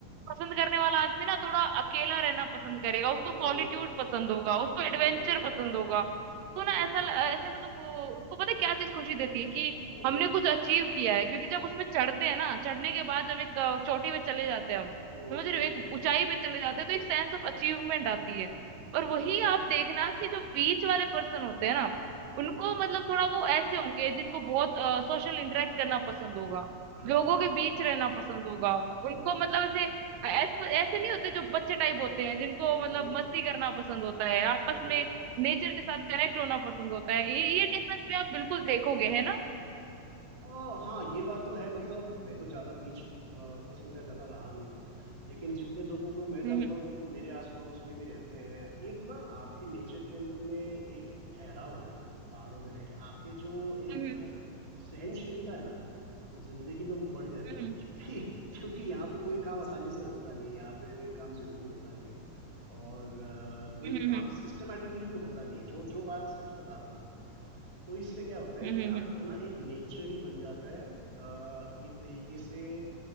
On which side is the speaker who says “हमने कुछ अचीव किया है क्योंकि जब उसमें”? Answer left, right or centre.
Right